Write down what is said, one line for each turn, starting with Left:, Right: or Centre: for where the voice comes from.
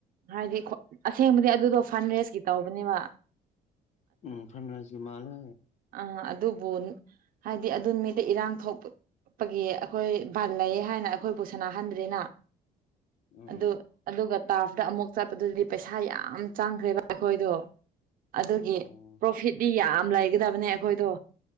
Right: ꯍꯥꯏꯗꯤ ꯈꯣ ꯑꯁꯦꯡꯕꯗꯤ ꯑꯗꯨꯗꯣ ꯐꯟ ꯔꯦꯁꯀꯤ ꯇꯧꯕꯅꯦꯕ
Left: ꯎꯝ ꯐꯟ ꯔꯦꯁꯀꯤ ꯃꯥꯂꯦ
Right: ꯑ ꯑꯗꯨꯕꯨ ꯍꯥꯏꯗꯤ ꯑꯗꯨ ꯅꯨꯃꯤꯠꯇ ꯏꯔꯥꯡ ꯊꯣꯛꯄ ꯄꯒꯤ ꯑꯈꯣꯏ ꯕꯟ ꯂꯩꯌꯦ ꯍꯥꯏꯅ ꯑꯈꯣꯏꯕꯨ ꯁꯥꯅꯥꯍꯟꯗ꯭ꯔꯦꯅ
Left: ꯎꯝ
Right: ꯑꯗꯨ ꯑꯗꯨꯒ ꯇꯥꯥꯐꯗ ꯑꯃꯨꯛ ꯆꯞꯄꯗꯨꯗꯤ ꯄꯩꯁꯥ ꯌꯥꯝ ꯆꯥꯡꯈ꯭ꯔꯦꯕ ꯑꯈꯣꯏꯗꯣ ꯑꯗꯨꯒꯤ
Left: ꯑꯣ
Right: ꯄ꯭ꯔꯣꯐꯤꯠꯗꯤ ꯌꯥꯝ ꯂꯩꯒꯗꯕꯅꯦ ꯑꯈꯣꯏꯗꯣ